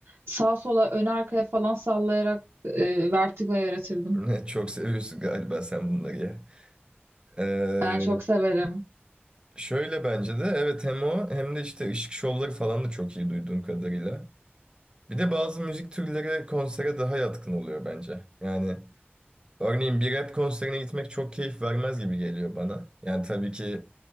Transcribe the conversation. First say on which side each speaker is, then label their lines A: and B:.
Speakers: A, on the right; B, on the right.
A: sağa sola ön arkaya falan sallayarak e, vertigo yaratırdım.
B: <laughs> çok seviyorsun galiba sen bunları ya. Ee,
A: Ben çok severim.
B: şöyle bence de evet hem o hem de işte ışık şovları falan da çok iyi duyduğum kadarıyla. Bir de bazı müzik türleri konsere daha yatkın oluyor bence. Yani örneğin bir rap konserine gitmek çok keyif vermez gibi geliyor bana. Yani tabii ki